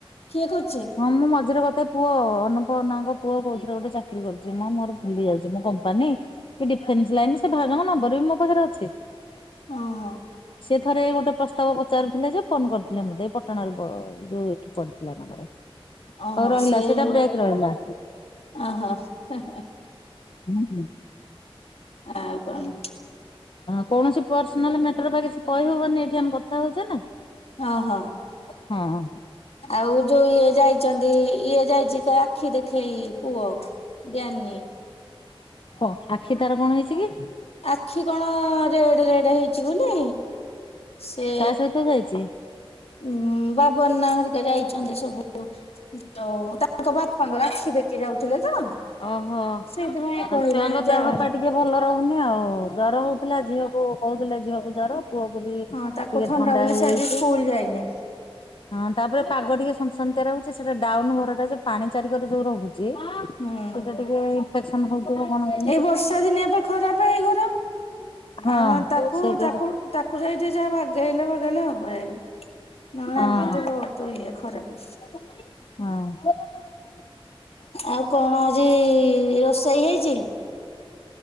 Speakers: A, on the left; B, on the left.
A: କିଏ କର୍ଚି।
B: ହଁ ମୁଁ ମଝିରେ କଥା ପୁଅ ଅନୁପନାଙ୍କ ପୁଅ କୋଉଥିରେ ଗୋଟେ ଚାକିରି କରୁଛି ମୁଁ ମୋର ବୁଲି ଯାଇଛି ମ କମ୍ପାନୀ। କି ଡିଫେନ୍ସ୍ ଲାଇନରେ ସେ ଭାଜଙ୍କ ନମ୍ବର ବି ମୋ ପାଖରେ ଅଛି।
A: ଓହୋ
B: ସେ ଥରେ ଗୋଟେ ପ୍ରଶ୍ ତାବ ପଚାରୁଥିଲେ ଯେ ଫୋନ କର୍ଥିଲେ ମତେ ପଟଣାରୁ ଯୋଉ ଏଠି ପଡିଥିଲା ତାଙ୍କର।
A: ଓହୋ
B: ହଉ ରହିଲା
A: ସିଏ
B: ସେଇଟା ବ୍ରେକ୍ ରହିଲା।
A: <unintelligible>
B: ହୁଁ
A: ଆଉ କଣ।
B: କୌଣସି ପର୍ସନାଲ ମ୍ୟାଟର୍ ବା କିଛି କହି ହବନି ଏଠି ଆମେ କଥା ହଉଚେ ନା।
A: ଅହ
B: ହଁ
A: ଆଉ ଯୋଉ ଇଏ ଯାଇଛନ୍ତି ଇଏ ଯାଇଚିକା ଆଖି ଦେଖେଇ ପୁଅ ଜାନ୍ନି।
B: ହଁ ଆଖି ତାର କଣ ହେଇଛି କି।
A: ଆଖି କଣ ରେଡ୍ ରେଡ୍ ହେଇଚି ବୋଲି ସେ
B: କାହା ସହିତ ଯାଇଛି?
A: ଉଁ ବାବନ୍ ନା ହରିକା ଯାଇଚନ୍ତି ସବୁ ଯଉ ତାଙ୍କ ବାପାଙ୍କ ଆଖି ଦେଖି ଯାଉଥିଲେ ତ।
B: ଓହୋ।
A: ସେଇଥିପାଇଁ
B: ଆଉ
A: କହିଲେ
B: ଛୁଆଙ୍କ
A: ଯା
B: ଦେହ
A: ଘରେ
B: ପା ଟିକେ ଭଲ ରହୁନି ଆଉ ଜର ହଉଥିଲା ଝିଅ କୁ ହଉଥିଲା ଝିଅକୁ ଜର ପୁଅ କୁ ବି
A: ହଁ ତାକୁ
B: ଟିକେ ଥଣ୍ଡା
A: ବୋଲି
B: ହେଇଯାଇଚି।
A: ସେ ଆଜି ସ୍କୁଲ ଯାଇନି
B: ହଁ ତାପରେ ପାଗ ଟିକେ ସସନ୍ତିଆ ରହୁଛି। ସେଟା ଡାଉନ୍ ଘର ଟା ଯେ ପାଣି ଚାରିିକର ଯୋଉ ରହୁଚି।
A: ହୁଁ।
B: କେତେ ଟିକେ
A: <inaudible>
B: କଣ କେମିତି।
A: ଏଇ ବର୍ଷା ଦିନିଆ ପାଇଁ ଖରାପ ଏଇ ଘର।
B: ହଁ
A: ଆଉ ନ ତାକୁ
B: ସେଇଟା
A: ତାକୁ ତାକୁ ଯାଇ ଟିକେ ଯାହା ବାଗେଇଲେ ଭାଗେଇଲେ ହବ ଯାଇକି <inaudible> ନହେଲେ
B: ହଁ
A: ଏମିତି ଭୋ ଉତ୍ ଇଏ ଖରାପ।
B: <inaudible> ହଁ <inaudible>
A: ଆଉ କଣ ଆଜି ରୋଷେଇ ହେଇଚି।